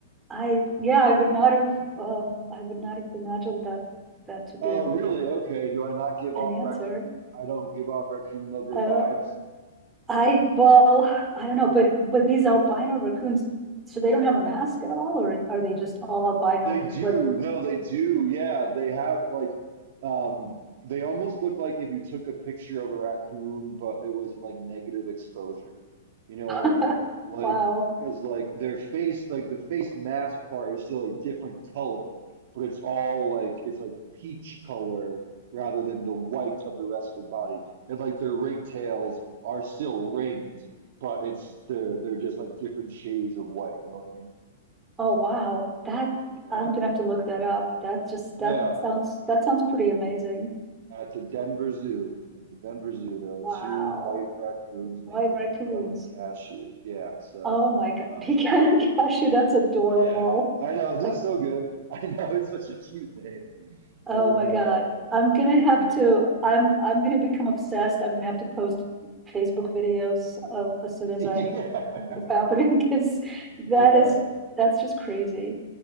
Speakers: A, on the right; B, on the right.
A: I yeah, I would not have um I would not have imagined that that to be
B: Oh,
A: an
B: really? Okay. Do I not give off
A: an answer.
B: raccoon? I don't give off raccoon lover
A: Uh
B: vibes.
A: I, well, I don't know, but, but these albino raccoons, so they don't have a mask at all, or are they just all albino
B: They do.
A: but with,
B: No, they do. Yeah, they have like um they almost look like if you took a picture of a raccoon, but it was in like negative exposure. You know what
A: <laughs>
B: I mean? Like,
A: wow.
B: because like their face, like the face mask part is still a different color, but it's all like it's like peach color rather than the white of the rest of their body. And like their ringtails are still ringed, but it's they're they're just like different shades of white. You know what I mean?
A: Oh, wow. That,
B: Yeah.
A: I'm gonna have to look that up. That just, that
B: Yeah.
A: sounds, that sounds pretty amazing.
B: At the Denver Zoo, at the Denver Zoo, there are
A: Wow.
B: two white raccoons
A: White
B: named Pecan
A: raccoons.
B: and Cashew. Yeah, so,
A: Oh my God.
B: um,
A: <laughs> Pecan cashew, that's adorable.
B: yeah, I know that's
A: Like,
B: so good. <laughs> I know it's such a cute name.
A: Oh
B: I know.
A: my God, I'm gonna have
B: I,
A: to, I'm, I'm gonna become obsessed. I'm gonna have to post Facebook videos of as soon
B: <laughs>
A: as I
B: yeah,
A: what's happening, <laughs> because that
B: yeah,
A: is, that's just crazy.